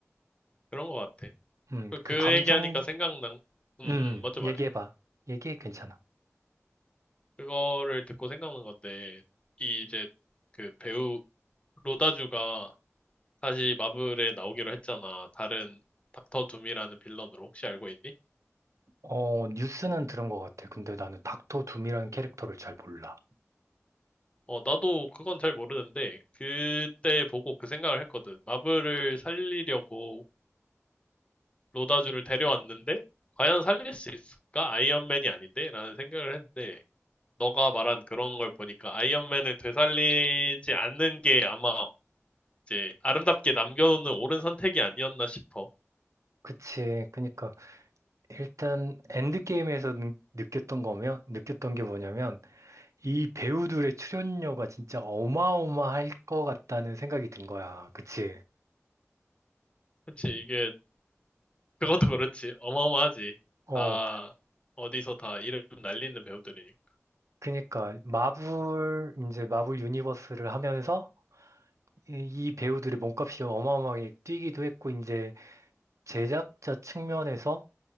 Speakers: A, on the left; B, on the right.
A: 그런 것 같아.
B: 음,
A: 그, 그
B: 그 감정,
A: 얘기하니까 생각난, 음, 음,
B: 음,
A: 먼저 말해.
B: 얘기해봐. 얘기해, 괜찮아.
A: 그거를 듣고 생각난 건데, 이 이제 그 배우 로다주가 다시 마블에 나오기로 했잖아. 다른 닥터 둠이라는 빌런으로 혹시 알고 있니?
B: 어, 뉴스는 들은 것 같아. 근데 나는 닥터 둠이라는 캐릭터를 잘 몰라.
A: 어, 나도 그건 잘 모르는데 그때 보고 그 생각을 했거든. 마블을 살리려고 로다주를 데려왔는데 과연 살릴 수 있을까? 아이언맨이 아닌데? 라는 생각을 했는데 너가 말한 그런 걸 보니까 아이언맨을 되살리지 않는 게 아마 이제 아름답게 남겨놓는 옳은 선택이 아니었나 싶어.
B: 그치. 그니까, 일단, 엔드게임에서 느- 느꼈던 거면, 느꼈던 게 뭐냐면, 이 배우들의 출연료가 진짜 어마어마할 것 같다는 생각이 든 거야. 그치?
A: 그치, 이게 그것도 그렇지. 어마어마하지.
B: 어,
A: 아, 어디서 다 이름 날리는 배우들이니까.
B: 그니까, 마블, 이제 마블 유니버스를 하면서 이이 배우들의 몸값이 어마어마하게 뛰기도 했고, 이제 제작자 측면에서